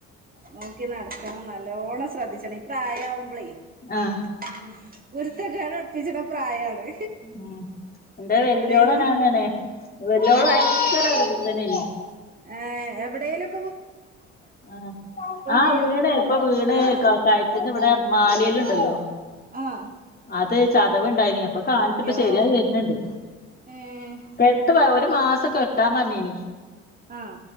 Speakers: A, on the right (about 30°); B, on the left (about 30°).
A: നോക്കി നടക്കണം നല്ലോണം ശ്രദ്ധിച്ചണം ഈ പ്രായാവുമ്പളെയ്
B: ആഹ്
A: ഉം കുര്ത്തക്കെട് ഒപ്പിച്ച്ണ പ്രായാണ്.
B: ഉം ഇന്റെ വെല്യോളെന്നങ്ങനേണേ
A: എവിടേലും
B: വെല്ല്യോള്
A: ആഹ്
B: വയങ്കര വ് പിത്തനേനി.
A: ഏഹ് എവ്ടെലും
B: ആഹ് ആഹ്
A: ചെയ്യും
B: വീണെ ഇപ്പൊ വീണെ
A: ആഹ്
B: ക കയ ത്ത്ന്ന് വടെ മാലേല് ണ്ടല്ലോ
A: ആഹ്
B: അത് ചതവ്ണ്ടായിനി അപ്പൊ കാണിച്ചപ്പോ
A: യോ
B: ശെര്യായി വെര്ന്ന്ണ്ട്.
A: ഏഹ്
B: കെട്ട് പ ഒരു മാസം കെട്ടാം പർഞ്ഞീനി.
A: ആഹ